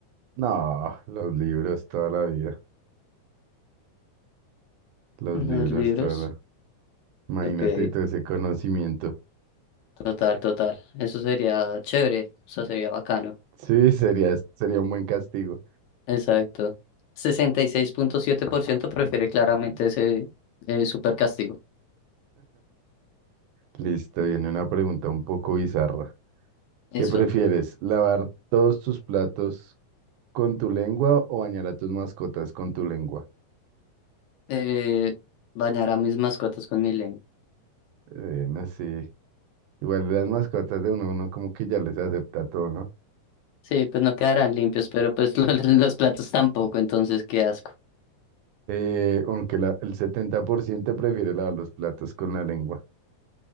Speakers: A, on the right (about 75°); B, on the left (about 75°).
A: no, los libros toda la vida, los
B: Los
A: libros
B: libros,
A: toda la... Imagínate
B: ok,
A: todo ese conocimiento.
B: total, total. Eso sería chévere, eso sería bacano.
A: Sí, sería, sería un buen castigo.
B: Exacto. sesenta y seis punto siete por ciento prefiere claramente ese eh, super castigo.
A: Listo, viene una pregunta un poco bizarra.
B: Eso.
A: ¿Qué prefieres, lavar todos tus platos con tu lengua o bañar a tus mascotas con tu lengua?
B: Eh, bañar a mis mascotas con mi lengua.
A: Eh, no sé, igual las mascotas de uno, uno como que ya les acepta todo, ¿no?
B: Sí, pues no quedarán limpios, pero pues <laughs> lo- los, platos tampoco, entonces qué asco.
A: Eh, aunque la- el 70% prefiere lavar los platos con la lengua.